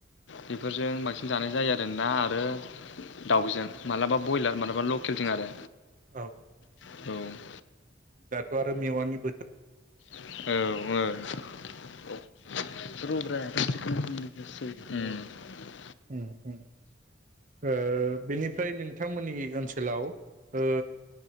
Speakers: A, on the left; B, on the right.
A: बेफोरजों बांसिन जानाय जायो जों ना आरो दाउजों मालाबा बयलार मालाबा लकेलजों आरो।
B: औ।
A: औ।
B: दाथ' आरो मेवानि बोथोर
A: औ ओ <unintelligible>
B: उम उम ओ बेनिफ्राय नोंथांमोननि ओनसोलाव ओ